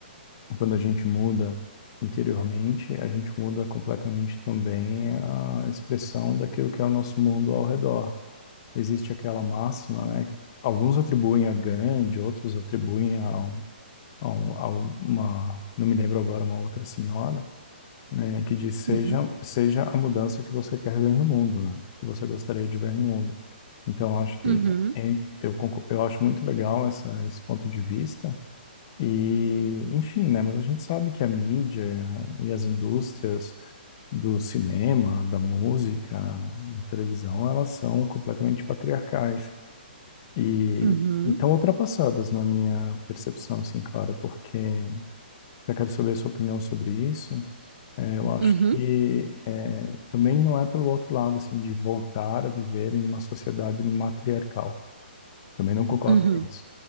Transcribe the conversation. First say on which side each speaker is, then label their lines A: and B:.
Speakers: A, on the left (about 20°); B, on the right (about 90°).
A: quando a gente muda interiormente, a gente muda completamente também a expressão daquilo que é o nosso mundo ao redor. existe aquela máxima, né, que alguns atribuem a Gandhi, outros atribuem a, um- a, um- a uma, não me lembro agora, uma outra senhora, né, que diz seja
B: uhum,
A: seja a mudança que você quer ver no mundo, né, que você gostaria de ver no mundo. Então, eu acho que
B: uhum,
A: en- eu, concor- eu acho muito legal essa, esse ponto de vista. E, enfim, né, mas a gente sabe que a mídia e as indústrias do cinema, da música, da televisão, elas são completamente patriarcais. E
B: uhum,
A: estão ultrapassadas na minha percepção, assim, claro, porque eu quero saber a sua opinião sobre isso. É, eu acho
B: uhum,
A: que é, também não é pelo outro lado, assim, de voltar a viver em uma sociedade matriarcal. Também não concordo
B: uhum,
A: com isso.